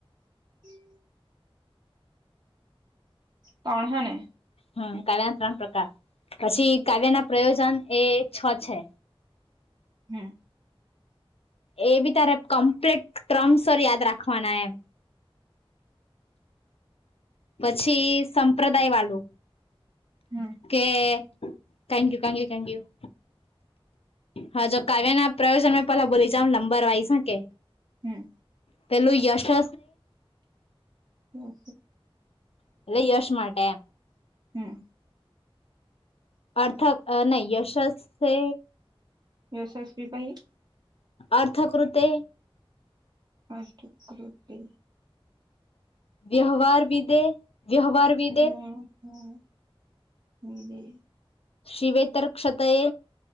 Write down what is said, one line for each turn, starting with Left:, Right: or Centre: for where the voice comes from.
Right: હમ ત્રણ હને.
Left: હમ્મ, કાવ્યના ત્રણ પ્રકાર પછી કાવ્યના પ્રયોજન એ છ છે.
Right: હમ્મ.
Left: એ બી તારે કમ્પ્લીટ ક્રમસર યાદ રાખવાના એમ. પછી સંપ્રદાયવાલુ
Right: હમ
Left: કે ક્યાં ગયું, ક્યાં ગયું, ક્યાં ગયું? હા જો કાવ્યના પ્રયોજન મેં પેલા બોલી જાવ નંબર વાઈશ હ કે.
Right: હમ
Left: પેલું યશસે
Right: હમ્મ
Left: એટલે યશ માટે એમ
Right: હમ્મ.
Left: અર્થ નહીં યશ સે.
Right: <unintelligible> પાહિ
Left: અર્થ કૃતે
Right: અર્થકૃતે.
Left: વ્યવહાર વિદે વ્યવહાર વિ
Right: વ્યવહાર વીદે.
Left: શિવેતર ક્ષતયે.